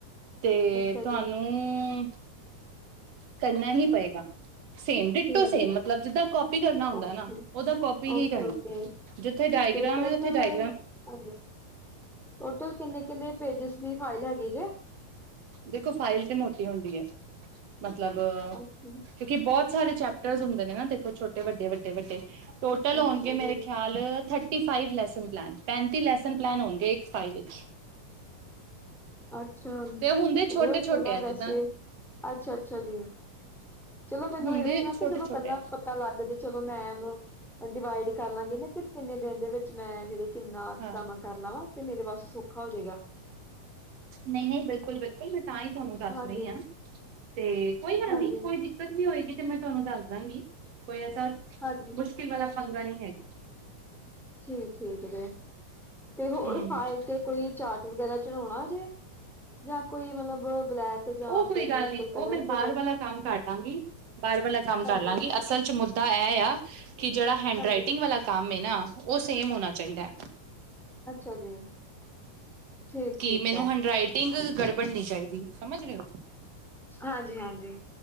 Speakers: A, on the right (about 50°); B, in the centre.
A: ਤੇ
B: ਅੱਛਾ
A: ਤੁਹਾਨੂੰ
B: ਜੀ
A: ਕਰਨਾ ਹੀ ਪਏਗਾ। ਸੇਮ ਡਿਟੋ
B: ਠੀਕ
A: ਸੇਮ
B: ਜੀ
A: ਮਤਲਬ ਜਿਦਾਂ ਕਾਪੀ ਕਰਨਾ ਹੁੰਦਾ
B: ਓਕੇ
A: ਨਾ ਉਹਦਾ ਕਾਪੀ
B: ਓਕੇ
A: ਹੀ ਕਰਨਾ
B: ਓਕੇ
A: ਜਿੱਥੇ ਡਾਇਗ੍ਰਾਮ
B: ਤੇ ਟੋਟਲ
A: ਹੈ ਉੱਥੇ ਡਾਇ
B: ਹਾਂਜੀ ਟੋਟਲ ਕਿੰਨੇ ਕਿੰਨੇ ਪੇਜਿਸ ਦੀ ਫਾਈਲ ਹੈਗੀ ਜੇ
A: ਦੇਖੋ ਫਾਈਲ ਤੇ ਮੋਟੀ ਹੁੰਦੀ ਹੈ ਮਤਲਬ
B: ਅੱਛਾ,
A: ਕਿਉਂਕਿ, ਬਹੁਤ ਸਾਰੇ ਚੈਪਟਰਸ ਹੁੰਦੇ ਨੇ ਨਾ, ਦੇਖੋ ਛੋਟੇ -ਵੱਡੇ ਵੱਡੇ -ਵੱਡੇ ਟੋਟਲ
B: ਅੱਛਾ
A: ਹੋਣਗੇ,
B: ਜੀ,
A: ਮੇਰੇ ਖਿਆਲ ਥਰਟੀ ਥਰਟੀਫਾਈਵ ਲੈਸਨ ਪਲੈਨ ਪੈਂਤੀ ਲੈਸਨ ਪਲੈਨ, ਹੁੰਦੇ ਇੱਕ ਫਾਈਲ ਵਿੱਚ
B: ਅੱਛਾ,
A: ਤੇ ਹੁੰਦੇ
B: ਚਲੋ
A: ਛੋਟੇ
B: ਇਹ
A: ਛੋਟੇ
B: ਥੋੜਾ
A: ਆ
B: ਵੈਸੇ,
A: ਜਿੱਦਾਂ
B: ਅੱਛਾ ਅੱਛਾ ਜੀ। ਚਲੋ ਮੈਨੂੰ
A: ਹੁੰਦੇ
B: ਇਹ ਵੀ ਨਾ, ਕਿ
A: ਛੋਟੇ
B: ਚਲੋ
A: ਛੋਟੇ
B: ਪਹਿਲਾਂ
A: ਆ
B: ਪਤਾਂ ਲੱਗ ਜੇ ਚਲੋ ਮੈਂ, ਉਹਨੂੰ ਡਿਵਾਈਡ ਕਰ ਲਾਂਗੀ ਨਾ ਕਿ ਕਿੰਨੇ ਦਿਨ, ਦੇ ਵਿੱਚ ਮੈਂ <unintelligible> ਕਿੰਨਾ
A: ਹਾਂ
B: ਕੰਮ ਕਰ ਲਵਾਂ ਤੇ ਮੇਰੇ ਵਾਸਤੇ ਸੌਖਾ ਹੋਜੇ ਗਾ।
A: ਨਹੀਂ -ਨਹੀਂ ਬਿਲਕੁਲ- ਬਿਲਕੁਲ ਮੈਂ ਤਾਂ ਹੀ ਤੁਹਾਨੂੰ ਦੱਸ
B: ਹਾਂਜੀ,
A: ਰਹੀ ਹਾਂ ਤੇ ਕੋਈ ਗੱਲ
B: ਹਾਂਜੀ
A: ਨਹੀਂ ਕੋਈ ਦਿੱਕਤ ਨੀ ਹੋਏਗੀ ਤੇ ਮੈਂ ਤੁਵਾਨੂੰ ਦੱਸ ਦਾਂਗੀ ਕੋਈ ਐਸਾ
B: ਹਾਂਜੀ।
A: <unintelligible> ਵਾਲਾ ਪੰੰਗਾ ਨਹੀਂ ਹੈ।
B: ਠੀਕ-ਠੀਕ ਜੇ ਤੇ ਹੋਰ
A: ਹੂੰ,
B: ਫਾਇਲ ਤੇ ਕੋਈ ਚਾਰਟ ਵਗੈਰਾ ਚੜ੍ਹਾਉਣਾ ਜੇ ਜਾਂ ਕੋਈ ਮਤਲਬ ਬਲੈਕ ਜਾਂ
A: ਉਹ, ਕੋਈ ਗੱਲ ਨਹੀਂ,
B: ਕਲਰਫੁੱਲ
A: ਉਹ ਮੈਂ ਬਾਹਰ ਵਾਲਾ ਕੰਮ ਕਰ ਲਾਂਗੀ, ਬਾਹਰ ਵਾਲਾ ਕੰਮ
B: ਹਾਂਜੀ,
A: ਕਰ ਲਾਂਗੀ ਅਸਲ ਚ ਮੁਦ ਦਾ ਇਹ ਆ ਕਿ, ਜੇੜਾ ਹੈਂਡ
B: ਹਾਂਜੀ
A: ਰਾਈਟਿੰਗ ਵਾਲਾ ਕੰਮ ਏ ਨਾ, ਉਹ ਸੇਮ ਹੋਣਾ ਚਾਹੀਦਾ।
B: ਅੱਛਾ ਜੀ। ਠੀਕ,
A: ਕੀ
B: ਠੀਕ
A: ਮੈਨੂੰ
B: ਹੈ
A: ਹੈਂਡ ਰਈਟਿੰਗ ਗੜਬੜ ਨੀ ਚਾਹੀਦੀ ਸਮਝ ਰਹੇ ਹੋ।
B: ਹਾਂਜੀ -ਹਾਂਜੀ।